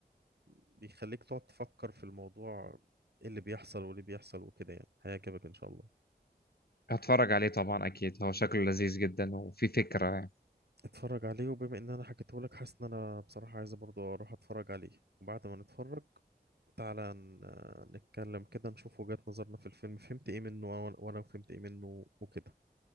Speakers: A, on the right; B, on the left.
A: بيخليك تقعد تفكر في الموضوع ايه اللي بيحصل واللي بيحصل وكده يعني هيعجبك ان شاء الله
B: هتفرج عليه طبعا أكيد هو شكله لذيذ جدا وفي فكرة يعني.
A: اتفرج عليه وبما ان انا حكيته لك حاسس ان انا بصراحة عايز برضو اروح اتفرج عليه وبعد ما نتفرج تعالى ن- آه، نتكلم كده نشوف وجهات نظرنا في الفيلم فهمت ايه منه وانا وأنا فهمت ايه منه وكده